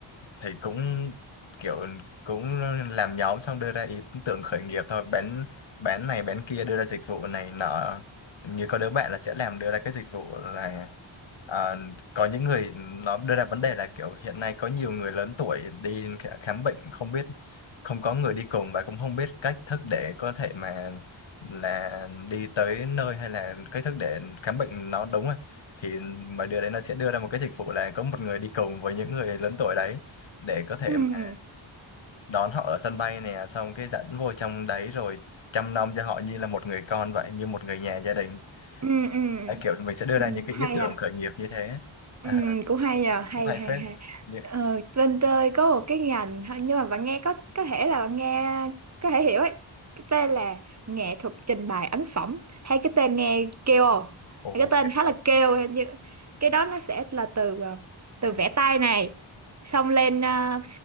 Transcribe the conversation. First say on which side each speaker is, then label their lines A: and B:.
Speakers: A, on the left (about 65°); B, on the right (about 35°).
A: thì cũng kiểu cũng làm nhóm xong đưa ra ý tưởng khởi nghiệp thôi bán bán này bán kia đưa ra dịch vụ này nọ như có đứa bạn là sẽ làm đưa ra cái dịch vụ là ờ, có những người nó đưa ra vấn đề là kiểu hiện nay có nhiều người lớn tuổi đi khả- khám bệnh không biết không có người đi cùng và cũng không biết cách thức để có thể mà là đi tới nơi hay là cách thức để khám bệnh nó đúng rồi thì mà đưa đấy nó sẽ đưa ra một cái dịch vụ là có một người đi cùng với những người lớn tuổi đấy để có thể
B: ừ
A: mà đón họ ở sân bay nè xong cái dẫn vô trong đấy rồi chăm nom cho họ như là một người con vậy như một người nhà gia đình
B: ừ ừ
A: Đấy, kiểu mình sẽ đưa
B: ừ
A: ra những cái
B: hay
A: ý tưởng
B: à
A: khởi nghiệp như thế à,
B: ừ cũng hay à hay
A: cũng hay
B: hay
A: phết
B: hay
A: như
B: ờ, bên tôi có một cái ngành thôi, nhưng mà bạn nghe có có thể là bạn nghe có thể hiểu ấy cái tên là nghệ thuật trình bày ấn phẩm hay cái tên nghe kêu không
A: ồ
B: cái tên
A: kiểu,
B: khá là
A: ồ,
B: kêu như cái đó nó sẽ là từ ờ, từ vẽ tay này xong lên ờ,